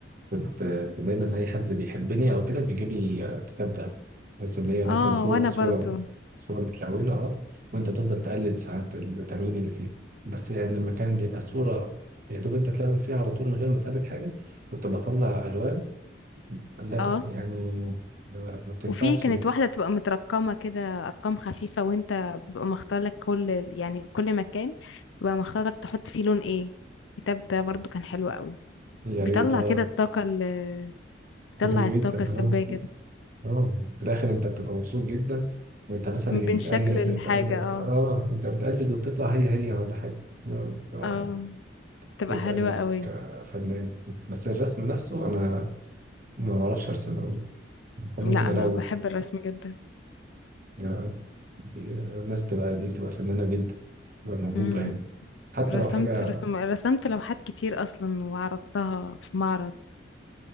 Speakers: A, on the right (about 50°); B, on the left (about 80°).
A: كنت كان دايما اي حد بيحبني او كده بيجيب لي آه، كتاب ده بس اللي هي مثلا
B: اه
A: صوره
B: وانا
A: صوره
B: برضو
A: صوره متلونه اهو وانت تفضل تقلد ساعات التلوين اللي فيها بس يعني لما كان بيبقى الصوره يا دوب انت تلون فيها على طول من غير ما تقلد حاجه كنت بطلع الوان لا
B: اه
A: يعني ما ما بتنفعش
B: وفي كانت واحدة تبقى مترقمة كده أرقام خفيفة وانت بيبقى مختار لك كل يعني كل مكان بيبقى مختار لك تحط فيه لون ايه الكتاب ده برضو كان حلو قوي
A: يا
B: بيطلع
A: ريت اه
B: كده الطاقة ال- بيطلع
A: حلو جدا
B: الطاقة السلبية
A: اه
B: كده
A: اه في الاخر انت بتبقى مبسوط جدا وانت مثلا
B: من شكل
A: بتقلد
B: الحاجة
A: بتقلد
B: اه
A: اه انت بتقلد وبتطلع هي هي ولا حاجه لو لو
B: اه
A: انا
B: تبقى
A: كده
B: حلوة
A: بقى انك
B: قوي
A: آه، فنان كده. بس الرسم نفسه انا ما بعرفش ارسم قوي ممكن
B: لا
A: الون
B: انا بحب الرسم جدا
A: يعني الناس بتبقى دي بتبقى فنانه جدا بتبقى موهوبه
B: امم
A: يعني حتى
B: رسمت
A: لو حاجه
B: رسوم رسمت لوحات كتير اصلا وعرضتها في معرض